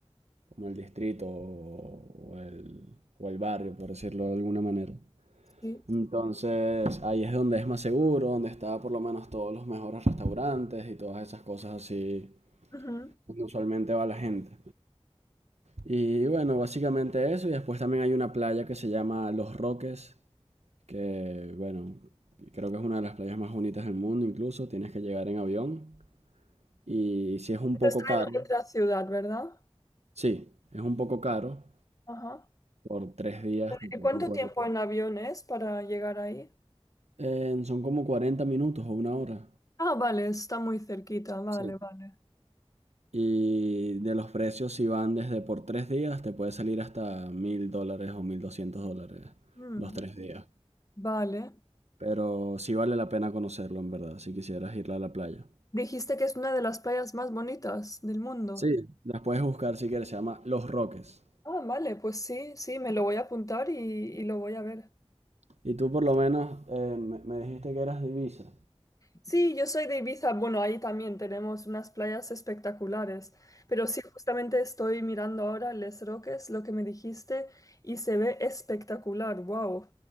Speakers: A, on the right; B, on the left.
A: como el distrito o, o el, o el barrio, por decirlo de alguna manera.
B: Sí.
A: Entonces, ahí es donde es más seguro, donde está por lo menos todos los mejores restaurantes y todas esas cosas así,
B: Ujú.
A: donde usualmente va la gente. Y bueno, básicamente eso, y después también hay una playa que se llama Los Roques, que bueno, creo que es una de las playas más bonitas del mundo incluso, tienes que llegar en avión. Y si es un
B: Esto
A: poco
B: está
A: caro,
B: en otra ciudad, ¿verdad?
A: sí, es un poco caro.
B: Ajá.
A: Por tres días te puede-
B: ¿Y cuánto
A: te puede-
B: tiempo en avión es para llegar ahí?
A: Eh, son como 40 minutos o una hora.
B: Ah, vale, está muy cerquita, vale,
A: Sí.
B: vale.
A: Y de los precios, si van desde por tres días, te puede salir hasta mil dólares o mil doscientos dólares
B: Mm,
A: los tres días.
B: vale.
A: Pero sí vale la pena conocerlo, en verdad, si quisieras ir a la playa.
B: Dijiste que es una de las playas más bonitas del mundo.
A: Sí, las puedes buscar si quieres, se llama Los Roques.
B: Ah, vale, pues sí, sí, me lo voy a apuntar y, y lo voy a ver.
A: Y tú por lo menos eh, me, me dijiste que eras divisa.
B: Sí, yo soy de Ibiza, bueno, ahí también tenemos unas playas espectaculares, pero sí, justamente estoy mirando ahora Les Roques, lo que me dijiste, y se ve espectacular, wow,